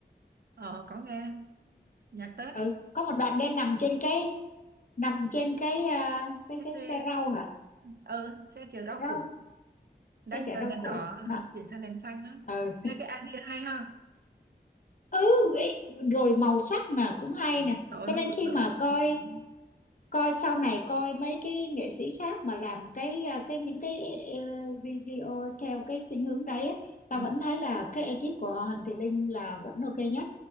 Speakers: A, on the right; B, on the left.
A: ờ có nghe nhạc Tết
B: ừ có một đoạn đen nằm trên cái nằm trên cái à, cái
A: cái
B: cái
A: xe
B: xe rau hả
A: ờ ừ, xe chở rau
B: rau
A: củ đang
B: xe chở
A: chờ
B: rau
A: đèn
B: củ
A: đỏ ờ,
B: Đó.
A: chuyển sang đèn xanh á
B: ừ
A: Ê, cái idea hay ha
B: ừ ý, rồi màu sắc nè cũng hay
A: Ừ,
B: nè
A: trời ơi,
B: cho
A: nó
B: nên
A: rực
B: khi
A: rỡ
B: mà
A: quá
B: coi
A: trời luôn.
B: coi sau này coi mấy cái nghệ sĩ khác mà làm cái à, cái những cái ờ, video theo cái khuynh hướng đấy ấy, tao
A: ừ,
B: vẫn thấy là cái ekip của Hoàng Thị Linh là vẫn ok nhất